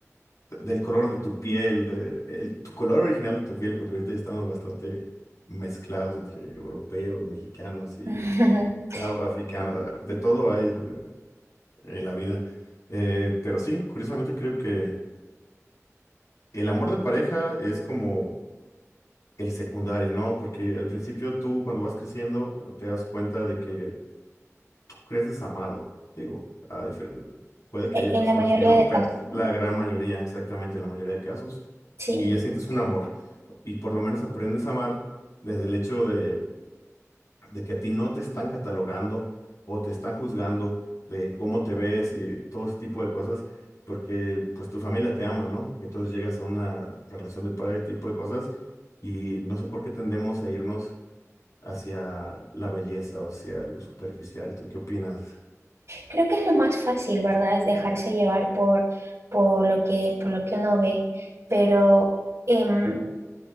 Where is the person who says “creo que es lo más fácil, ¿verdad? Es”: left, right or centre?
Right